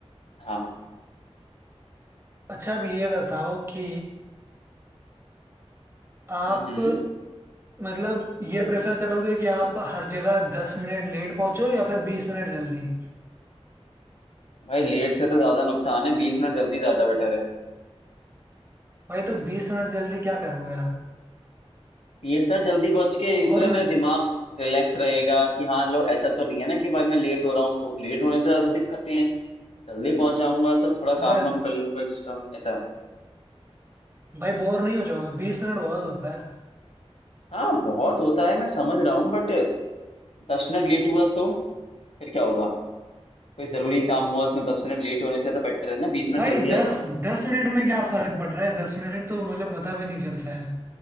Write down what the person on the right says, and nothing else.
अच्छा अब ये बताओ कि आप
मतलब ये प्रेफर करोगे कि आप हर जगह दस मिनट लेट पहुंचो या फिर बीस मिनट जल्दी
भाई तो बीस मिनट जल्दी क्या करोगे आप
बोर
न
भाई
भाई बोर नहीं हो जाओगे बीस मिनट बहुत होता है
भाई
दस
दस मिनट में क्या फर्क पड़ रहा है दस मिनट तो मतलब पता भी नहीं चलता है